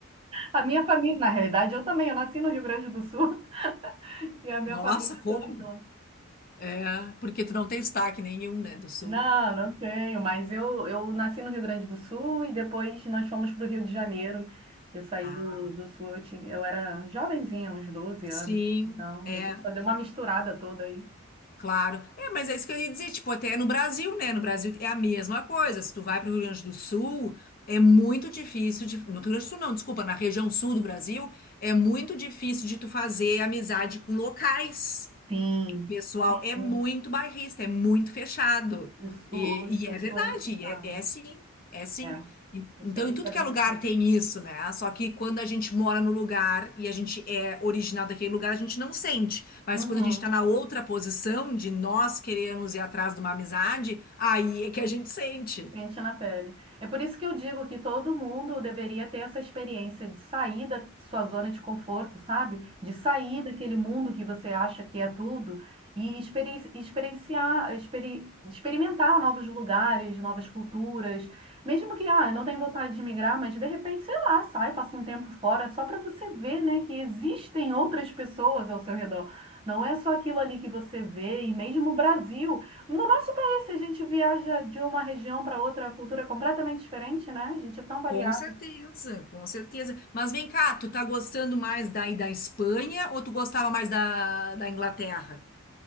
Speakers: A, on the right; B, on the left.
A: A minha família, na realidade, eu também, eu nasci no Rio Grande do Sul <laughs> e a minha
B: Nossa,
A: família
B: como?
A: é toda de lá.
B: É, porque tu não tem sotaque nenhum, né, do Sul.
A: Não, não tenho, mas eu, eu nasci no Rio Grande do Sul e depois nós fomos para o Rio de Janeiro. Eu saí
B: Ah,
A: do, do Sul, eu tinha, eu era jovenzinha, uns doze
B: sim,
A: anos. Então,
B: é.
A: depois só deu uma misturada toda aí.
B: Claro. É, mas é isso que eu ia dizer, tipo, até no Brasil, né? No Brasil é a mesma coisa. Se tu vai para o Rio Grande do Sul, é muito difícil de... No Rio Grande do Sul, não, desculpa, na região sul do Brasil, é muito difícil de tu fazer amizade com locais.
A: Sim,
B: O pessoal
A: sim.
B: é muito bairrista, é muito fechado.
A: O, Sul-
B: E,
A: o,
B: e é
A: o
B: verdade,
A: Sul é muito fechado.
B: é, é sim, é sim.
A: É,
B: E-
A: o
B: Então,
A: Sulista
B: em tudo
A: é
B: que
A: bem
B: é lugar
A: fechado.
B: tem isso, né? Só que quando a gente mora no lugar e a gente é original daquele lugar, a gente não sente. Mas
A: Uhum.
B: quando a gente tá na outra posição de nós queremos ir atrás de uma amizade, aí é que a gente sente.
A: Sente na pele. É por isso que eu digo que todo mundo deveria ter essa experiência de sair da sua zona de conforto, sabe? De sair daquele mundo que você acha que é tudo e experi- experienciar, experi- experimentar novos lugares, novas culturas. Mesmo que, ah, eu não tenho vontade de migrar, mas de repente, sei lá, sai, passa um tempo fora, só para você ver, né, que existem outras pessoas ao seu redor. Não é só aquilo ali que você vê, e mesmo o Brasil. No nosso se a gente viaja de uma região para outra, a cultura é completamente diferente, né? A gente é tão variado.
B: Com certeza, com certeza. Mas vem cá, tu tá gostando mais daí da Espanha ou tu gostava mais da, da Inglaterra?